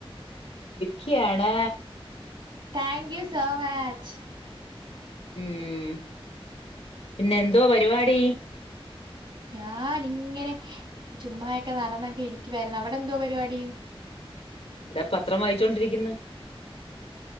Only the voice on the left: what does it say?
ഖിയാണ്
ഉം പിന്നെ എന്തുവാ പരിപാടി?
ഇവിടെ പത്രം വായിച്ചോണ്ടിരിക്കുന്ന്.